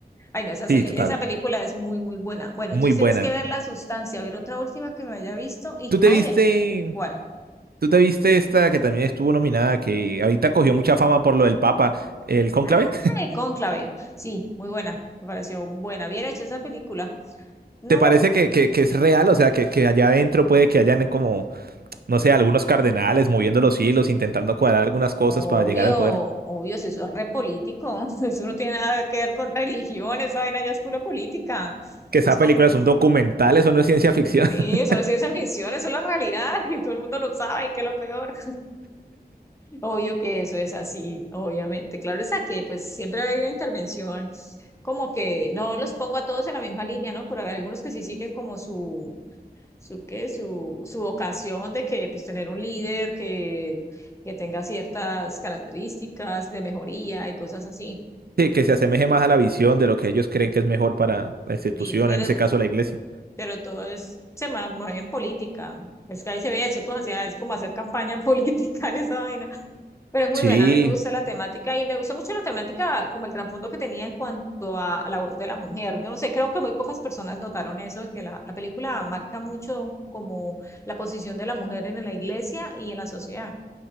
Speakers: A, on the left; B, on the right.
A: Ay, no, esa serie,
B: Sí, total.
A: esa película es muy, muy buena. Bueno,
B: Muy
A: entonces
B: buena.
A: tienes que ver La Sustancia, a ver otra última que me haya visto y,
B: ¿Tú te
A: ay,
B: viste,
A: ¿cuál?
B: tú te viste esta que también estuvo nominada, que ahorita cogió mucha fama por lo del Papa, el cónclave?
A: Ah, Cónclave. Sí, muy buena. Me pareció buena, bien hecha esa película. No,
B: ¿Te parece que, que- que es real? O sea, que, que allá adentro puede que hayan como, no sé, algunos cardenales moviendo los hilos, intentando cuadrar algunas cosas
A: Obvio,
B: para llegar al poder.
A: obvio, si eso es re político, <laughs> eso no tiene nada que ver con religión, esa vaina ya es pura política.
B: Que esa
A: No es
B: película
A: como,
B: es un documental, eso no es ciencia ficción.
A: sí,
B: <laughs>
A: eso no es ciencia ficción, eso es la realidad <laughs> y todo el mundo lo sabe, que es lo peor. Obvio que eso es así, obviamente. Claro, es que pues siempre va a haber una intervención, como que no los pongo a todos en la misma línea, ¿no? Pero hay algunos que sí siguen como su, su qué, su, su vocación de que pues tener un líder que, que tenga ciertas características de mejoría y cosas así
B: Sí, que se asemeje más a la visión de lo que ellos creen que es mejor para la institución,
A: Sí, pero,
B: en ese caso la iglesia.
A: pero todo es, se ma- mueve en política. Es que ahí se ve eso, tú hacías, es como hacer campaña <laughs> política en esa vaina. Pero es muy
B: Sí,
A: buena, a mí me gusta la temática y me gustó mucho la temática, como el trasfondo que tenía en cuanto a, a la voz de la mujer. Yo no sé, creo que muy pocas personas notaron eso, que la, la película marca mucho como la posición de la mujer en la iglesia y en la sociedad.